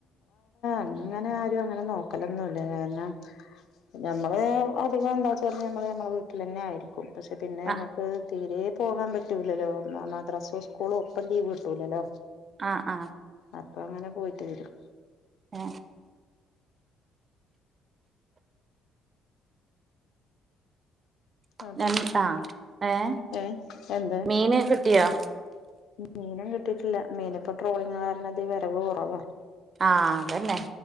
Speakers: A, on the left; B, on the right.
A: അങ്ങനെ ആരും അങ്ങനെ നോക്കലൊന്നുംല്ല കാരണം ഞമ്മള് അധികം എന്താച്ച നമ്മള് നമ്മളെ വീട്ടിലന്നെ ആയിരിക്കും പക്ഷെ പിന്നെ ഞമ്മക്ക്
B: ആഹ്
A: തീരേ പോകാൻ പറ്റൂലല്ലോ മദ്രസും സ്കൂളും ഒപ്പം ലീവ് കിട്ടൂലല്ലോ
B: ആഹ് ആ
A: അപ്പ അങ്ങനെ പോയിട്ട് വരും
B: ആ ഏഹ്
A: അതോ
B: ആഹ് ഏഹ്
A: ഏ എന്തെ
B: മീന് കിട്ടിയോ
A: മീനും കിട്ടീട്ടില്ല മീനിപ്പോ ട്രോളിങ് കാരണംത്യേ വരവ് കുറവാ
B: ആഹ് അതന്നെ